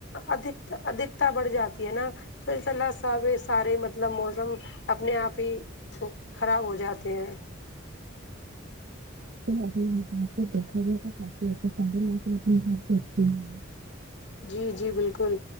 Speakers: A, on the left; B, on the right.
A: ادھک ادھکتا بڑھ جاتی ہے نا تو انسا اللہ سب سارے مطلب موسم اپنے آپ ہی خراب ہو جاتے ہیں <inaudible>
B: اپنے حساب سے دیکھا جائے <unintelligible>
A: جی جی بالکل